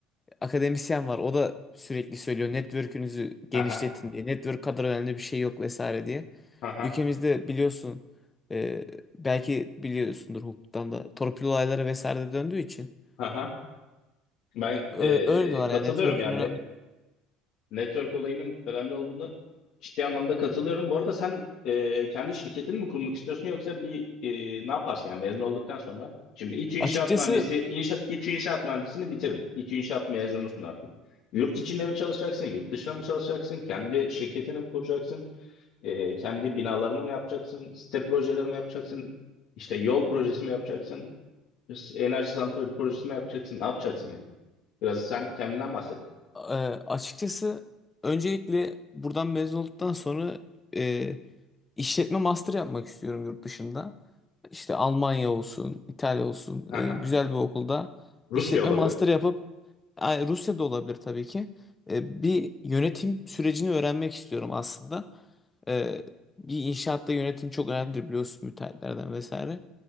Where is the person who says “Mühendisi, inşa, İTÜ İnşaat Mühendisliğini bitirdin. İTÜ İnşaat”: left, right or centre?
Left